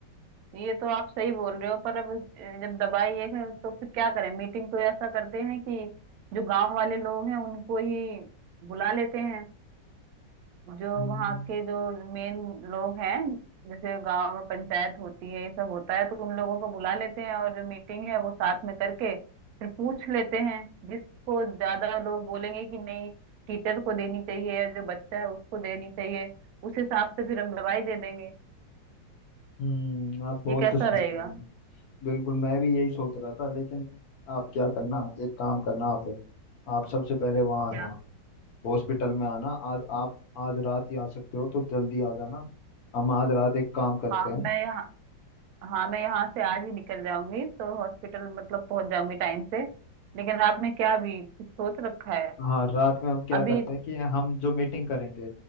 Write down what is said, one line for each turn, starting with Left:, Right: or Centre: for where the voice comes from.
Right: ये तो आप सही बोल रहे हो पर अब अ, जब दवाई एक है तो फिर क्या करें मीटिंग को ऐसा करते हैं कि जो गांव वाले लोग हैं उनको ही बुला लेते हैं जो
Left: हम्म।
Right: वहाँ के जो मेन लोग हैं जैसे गांव में पंचायत होती है ये सब होता है तो उन लोगों को बुला लेते हैं और जो मीटिंग है वो साथ में करके फिर पूछ लेते हैं जिसको ज्यादा लोग बोलेंगे कि नहीं टीचर को देनी चाहिए या जो बच्चा है उसको देनी चाहिए उस हिसाब से फिर हम दवाई दे देंगे
Left: हम्म आप बोल
Right: ये कैसा
Left: तो सही
Right: रहेगा
Left: रहे हो। बिल्कुल मैं भी यही सोच रहा था लेकिन आप क्या करना एक काम करना आप आप सबसे पहले वहाँ आना
Right: क्या
Left: हॉस्पिटल में आना आज आप आज रात ही आ सकते हो तो जल्दी आ जाना हम आज रात एक काम करते
Right: हाँ
Left: हैं
Right: मैं हाँ मैं यहाँ से आज ही निकल जाऊंगी तो हॉस्पिटल मतलब पहुंच जाऊंगी टाइम से लेकिन आपने क्या अभी कुछ सोच रखा है
Left: हाँ रात में हम क्या
Right: अभी
Left: करते हैं कि हम जो मीटिंग करेंगे